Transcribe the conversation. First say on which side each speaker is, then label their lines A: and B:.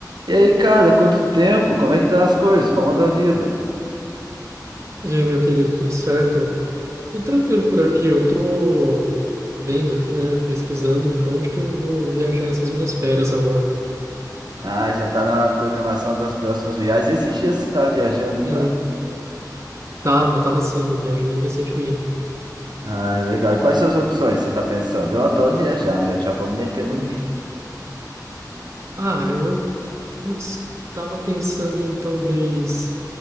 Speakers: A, on the right (about 80°); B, on the right (about 40°).
A: E aí, cara, quanto tempo? Como é que tá as coisas? Como anda a vida?
B: E aí, meu querido, tudo certo? Tudo tranquilo por aqui. Eu tô vendo aqui, né, pesquisando para onde que eu vou viajar essas minhas férias agora.
A: Ah, já tá na programação das próximas viagens. Esses dias você tá viajando, não
B: Uhum.
A: tá?
B: Tava, tava sim, eu viajei recentemente.
A: Ah, legal. E quais são as opções que você tá pensando? Eu adoro viajar, né? Eu já vou me meter no
B: Uhum.
A: meio.
B: Ah, eu, putz, tava pensando em talvez